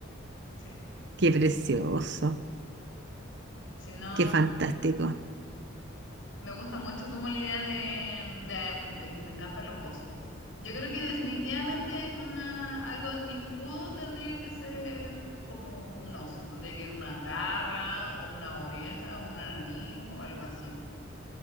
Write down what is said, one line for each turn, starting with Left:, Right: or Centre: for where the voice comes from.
Left: Sí.
Right: qué precioso.
Left: Si no.
Right: Qué fantástico.
Left: Me gusta mucho como la idea de, de- de- Me encantan los osos. Yo creo que definitivamente una, algo de mi escudo tendría que ser como un oso. Tendría que ser una garra o una oreja o una nariz o algo así.